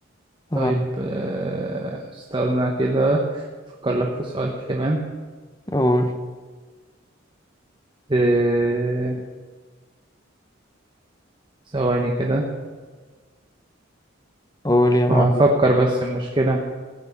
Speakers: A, on the left (about 20°); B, on the right (about 25°).
A: تمام
B: طيب آه، استنى كده أفكر لك في سؤال كمان
A: قول
B: آه، ثواني كده
A: قول يا معلم
B: ما هفكر بس المشكلة